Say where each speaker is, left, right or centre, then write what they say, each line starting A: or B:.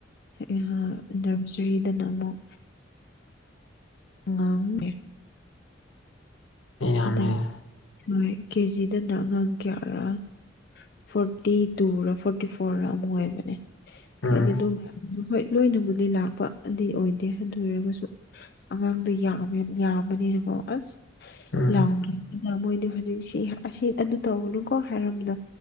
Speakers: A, on the left (about 50°); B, on the left (about 75°).
A: ꯑꯥ ꯅꯔꯖꯔꯤꯗꯅ ꯑꯃꯨꯛ ꯑꯉꯥꯡꯅꯦ
B: ꯃꯤ ꯌꯥꯝꯃꯦ
A: ꯍꯟꯗꯛ ꯂ‌ꯣꯏ ꯀꯦꯖꯤꯗꯅ ꯑꯉꯥꯡ ꯀꯌꯥꯔꯥ ꯐꯣꯔꯇꯤ ꯇꯨꯔ ꯐꯣꯔꯇꯤ ꯐꯣꯔ ꯔꯥ ꯑꯃꯨꯛ ꯑꯣꯏꯕꯅꯦ
B: ꯎꯝ
A: ꯍꯥꯏꯗꯤ ꯑꯗꯨ ꯃꯌꯥꯝ ꯍꯣꯏ ꯂꯣꯏꯅꯕꯨꯗꯤ ꯂꯥꯛꯄꯗꯤ ꯑꯣꯏꯗꯦ ꯑꯗꯨ ꯑꯣꯏꯔꯒꯁꯨ ꯑꯉꯥꯡꯗꯣ ꯌꯥꯝꯃꯦ ꯌꯥꯝꯕꯅꯤꯅꯀꯣ ꯑꯁ
B: ꯎꯝ
A: ꯂꯥꯎꯅꯕꯗ ꯃꯣꯏꯗꯤ ꯍꯧꯖꯤꯛꯁꯤ ꯑꯁꯤ ꯑꯗꯨ ꯇꯧꯒꯅꯨꯀꯣ ꯍꯥꯏꯔꯝꯕꯗꯣ